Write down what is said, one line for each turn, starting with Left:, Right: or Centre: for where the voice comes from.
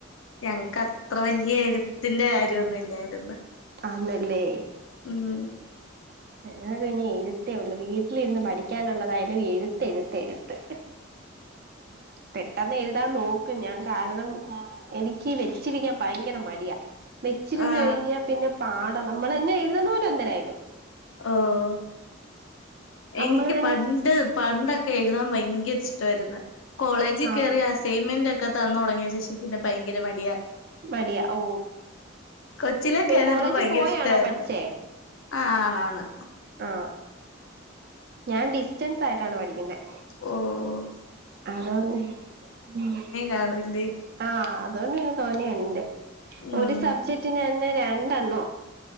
Left: ഞങ്ങക്കത്ര വല്ല്യ എഴുത്തിന്റെ കാര്യൊന്നു ഇല്ലാരുന്നു
Right: ആന്നല്ലേ
Left: ഉം
Right: ഞങ്ങൾ പിന്നെ എഴുത്തേ ഉള്ളു വീട്ടിലിന്ന് പഠിക്കാനുള്ളതായാലും എഴുത്ത് എഴുത്ത് എഴുത്ത്
Left: <unintelligible>
Right: പെട്ടെന്ന് എഴു എതാ നോക്കും ഞാൻ കാരണം എനിക്ക് വെച്ചിരിക്കാൻ ഭയങ്കര മടിയാ വെച്ചിരുന്നു
Left: ആഹ്
Right: കഴിഞ്ഞാ പിന്നെ പാട നമ്മൾ തന്നെ എഴുതുന്ന പോലെ എന്തേരായാലും
Left: ഓഹ്
Right: നമ്മള്
Left: എനിക്ക്
Right: തന്നെ
Left: പണ്ട് പണ്ട എഴുതാൻ ഭയങ്കര ഇഷ്ടമായിരുന്നു കോളേജിൽ
Right: ആഹ്
Left: കയറിയ അസൈൻമെന്റ് ഒക്കെ ക്കെ തന്ന തുടങ്ങിയ ശേഷം പിന്നെ ഭയങ്കര മടിയ
Right: മടിയാ ഓ
Left: കൊച്ചിലൊക്കൊയിരുന്നു
Right: കോളേജിൽ
Left: ഇപ്പൊ ഭയങ്കര
Right: പോയാണോ
Left: ഇഷ്ടമായിരുന്നു
Right: പഠിച്ചേ
Left: ആ ആണ ആണ്
Right: ആഹ് ഞാൻ ഡിസ്റ്റൻസ് ആയിട്ടാണ് പഠിക്കുന്നത്
Left: ഓഹ്
Right: അതൊണ്ട്
Left: കാണൂല്ലേ
Right: ആഹ് അതുകൊണ്ട് പിന്നെ തോന്നിുണ്ട്
Left: ഉം
Right: സബ്ജെക്റ്റന് തന്നെ രണ്ടെണ്ണോ